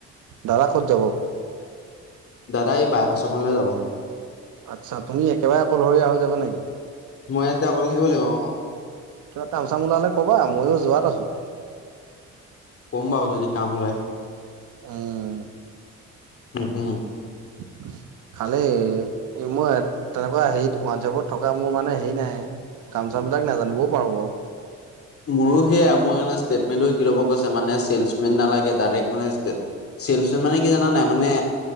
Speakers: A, on the right (about 80°); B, on the left (about 50°).
A: দাদা ক'ত যাব?
B: দাদা এই বাইপাছখনলে যাব।
A: আচ্ছা তুমি একেবাৰে অকলশৰীয়া হৈ যাবা নেকি?
B: মই ইয়াতে অকলে থাকিব লাগিব অ
A: বা কামচাম ওলালে কবা মইও যোৱাত আছো
B: কম বাও যদি কাম ওলাই
A: উম্
B: উম হম
A: <unintelligible> খালি মই তেনেকুৱা হেৰিত হোৱাটছপত থকা মোৰ মানে হেৰি নাই কাম বিলাক নাজানিবও পাৰো বাও
B: মোৰো সেয়াাই মোক এনে ষ্টেটমেনটো শিকি ল'ব কৈছে মানে চলচমেন নালাগে ডাইৰেক্ট মানে চিলচ মানে কি জানা নাই মানে